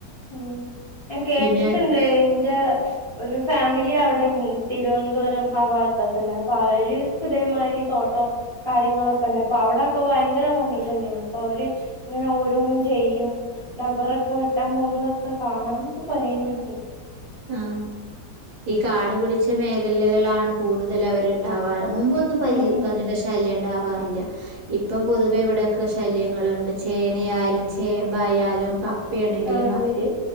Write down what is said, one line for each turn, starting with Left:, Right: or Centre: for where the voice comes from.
Left: ഉം ഞാൻ കേട്ടിട്ടുണ്ട്.
Right: പിന്നെ
Left: എന്റെ ഒരു ഫാമിലി അവി തിരുവനന്തപുരം ആ ഭാഗത്തൊക്കെ ഉണ്ട് അപ്പൊ അവര് ഹൃതേമാതിരി തോട്ടം കാര്യങ്ങളൊക്കെ ഉണ്ട് അപ്പൊ അവിടൊക്കെ ഭയങ്കര പന്നി ശല്യം അപ്പൊ അവര് ഇങ്ങനെ ഓരോന്നും ചെയ്യും ഡബറൊക്കെ വെട്ടാൻ പോ നമ്മളൊക്കെ കാണന്നൊക്കെ പറയുന്ന്
Right: ആ ഈ കാടുപിടിച്ച മേഖലകളാണ് കൂടുതൽ അവരുണ്ടാവാറ്. മുമ്പൊന്നും
Left: ഉം
Right: പന്നിട ശല്യ ഉണ്ടാവാറില്ല. ഇപ്പം പൊതുവെ ഇവിടെ ക്ക ശല്യങ്ങളുണ്ട് ചേനയായാലും ചേമ്പായാലും ക പ്പെണെങ്കിലും
Left: ആഹ്
Right: അവര്